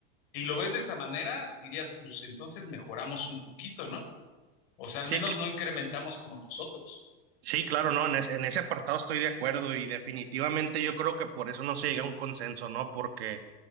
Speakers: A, on the left; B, on the right.
A: Si lo ves de esa manera, dirías, pues entonces mejoramos un poquito, ¿no? O sea,
B: Sí,
A: al menos no incrementamos como los otros.
B: Sí, claro, no, en ese, en ese apartado estoy de acuerdo y definitivamente yo creo que por eso no se llega a un consenso, ¿no? Porque,